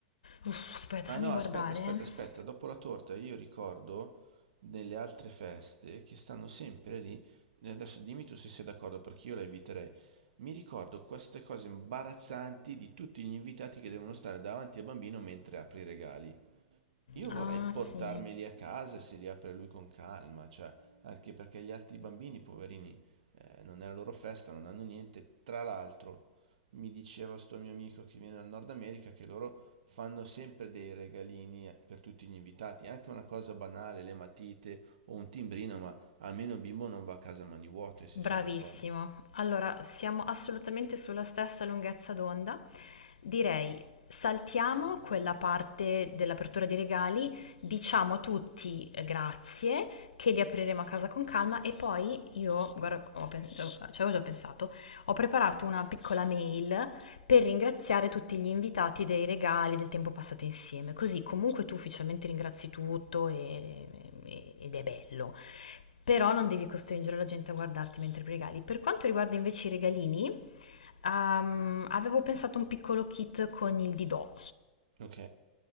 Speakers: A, on the left (about 75°); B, on the right (about 70°).
A: Uff, aspetta,
B: Ah
A: fammi
B: no, aspetta,
A: guardare.
B: aspetta, aspetta, dopo la torta io ricordo nelle altre feste che stanno sempre lì, e adesso dimmi tu se sei d'accordo perché io la eviterei, mi ricordo queste cose imbarazzanti di tutti gli invitati che devono stare davanti al bambino mentre apre i regali. Io
A: Ah,
B: vorrei portarmeli
A: sì.
B: a casa e se li apre lui con calma, cioè, anche perché gli altri bambini, poverini, eh, non è la loro festa, non hanno niente. Tra l'altro, mi diceva sto mio amico che viene dal Nord America che loro fanno sempre dei regalini eh, per tutti gli invitati, anche una cosa banale, le matite o un timbrino, ma almeno il bimbo non va a casa a mani vuote, se
A: Bravissimo.
B: sei d'accordo.
A: Allora, siamo assolutamente sulla stessa lunghezza d'onda. Direi, saltiamo quella parte dell'apertura dei regali, diciamo a tutti eh, grazie, che li apriremo a casa con calma e poi io, guarda, ho pen- ci avevo ci avevo già pensato, ho preparato una piccola mail per ringraziare tutti gli invitati dei regali, del tempo passato insieme, così comunque tu ufficialmente ringrazi tutto e- e- ed è bello. Però non devi costringere la gente a guardarti mentre regali. Per quanto riguarda invece i regalini, ehm, avevo pensato a un piccolo kit con il Didò.
B: Ok?